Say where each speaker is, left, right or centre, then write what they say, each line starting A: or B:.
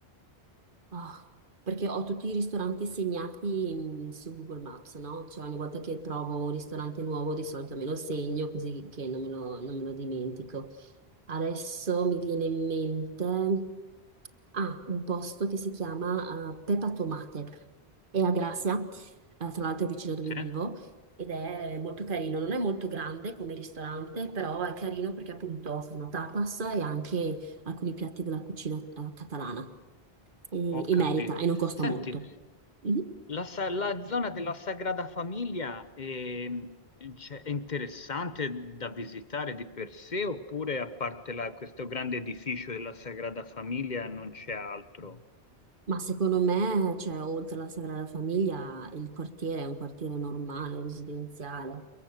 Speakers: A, on the right; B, on the left.
A: Ah, perché ho tutti i ristoranti segnati mm, su Google Maps, no? Cioè ogni volta che trovo un ristorante nuovo di solito me lo segno così che non me lo, non me lo dimentico. Adesso mi viene in mente ah, un posto che si chiama eh, Peppa Tomate, è a Gracia, eh, tra l'altro vicino dove
B: Sì,
A: vivo, ed è molto carino. Non è molto grande come ristorante, però è carino perché appunto fanno tapas e anche alcuni piatti della cucina eh, catalana e,
B: ho capito.
A: e merita e non costa
B: Senti,
A: molto. Mhm.
B: la, sa- la zona della Sagrada Famiglia ehm, cioè, è, interessante da visitare di per sé, oppure a parte la- questo grande edificio della Sagrada Famiglia non c'è altro?
A: Ma secondo me, cioè, oltre alla Sagrada Famiglia, il quartiere è un quartiere normale, residenziale.